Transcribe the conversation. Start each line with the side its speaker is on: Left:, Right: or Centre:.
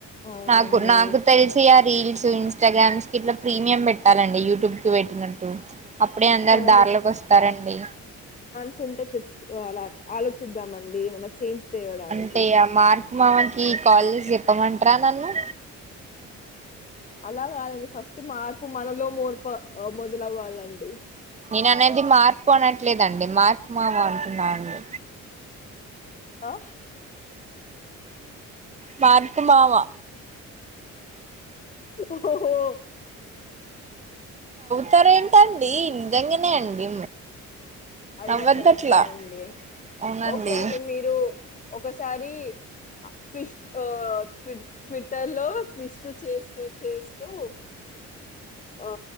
Left: అవునండి
Right: నాకు నాకు తెలిసి ఆ రీల్స్ ఇన్స్టాగ్రామ్స్ కి ఇట్లా ప్రీమియం పెట్టాలండి యూట్యూబ్ కి పెట్టినట్టు అప్పుడే అందరు
Left: మనం
Right: దారులోకొస్తారండి
Left: స్ ఉంటే తెచ్చుకోవాల ఆలోచిద్దాంమండి. మన చేంజ్ తేవడానికి
Right: అంటే ఆ మార్కు మామకి కాల్ జేసి చెప్పమం టరా నన్ను.
Left: అలా కాదండి ఫస్ట్ మార్పు మనలో మోర్పా ఆ మో దలవ్వాలండి.
Right: నేను అనేది మార్పు అనట్లేదండి మార్కు మామ అంటున్నాఅండి.
Left: ఆహ్
Right: మార్కుమావా
Left: ఓహో ఓఓ
Right: తారు ఏంటండి నిజంగనే అండి.
Left: అది
Right: నవ్వద్దట్లా
Left: కూడా కరెక్టే అండి.
Right: అవునండి
Left: ఓకే అండి మీరు ఒకసారి ఆ ట్విస్ట్ ఆ ట్వి ట్విట్టర్ లో ట్విస్ట్ చేస్తూ చేస్తూ ఆ